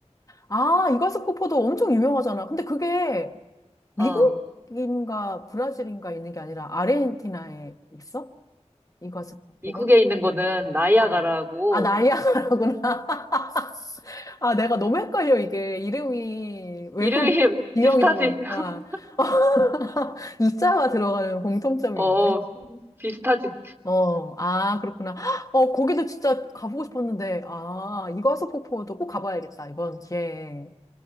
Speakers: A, on the left (about 30°); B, on the right (about 20°).
A: 아, 이과수 코포도 엄청 유명하잖아. 근데 그게, 미국인가
B: 어,
A: 브라질인가 있는 게 아니라 아르헨티나에 있어? 이과수 폭포가?
B: 미국에 있는 거는 나이아가라고,
A: 어. 아, 나이아가라구나. <laughs> 아, 내가 너무 헷갈려, 이게. 이름이 외국
B: 이름이 <laughs>
A: 유형이다
B: 비슷하지?
A: 보니까.
B: <laughs>
A: <laughs> 이자가 들어가는 공통점이
B: 어,
A: 있네.
B: 어, 비슷하지?
A: 어, 아, 그렇구나. <gasps> 어, 거기도 진짜 가보고 싶었는데, 아, 이과수 폭포도 꼭 가봐야겠다, 이번 기회에.